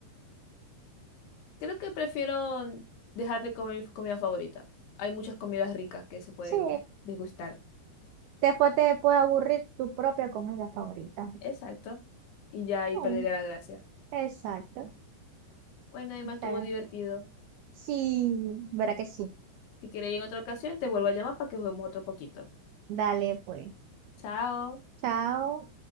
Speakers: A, on the left; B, on the right.
A: creo que prefiero dejar de comer mi comida favorita. Hay muchas comidas ricas que se pueden
B: Sí,
A: degustar.
B: después te puede aburrir tu propia comida favorita.
A: Exacto. Y ya ahí
B: Mm,
A: perderé la gracia.
B: exacto.
A: Bueno, Emma,
B: Está
A: estuvo
B: bien.
A: divertido.
B: Sí, verá que sí.
A: Si quieres ir en otra ocasión, te vuelvo a llamar para que juguemos otro poquito.
B: Dale, pues.
A: Chao.
B: Chao.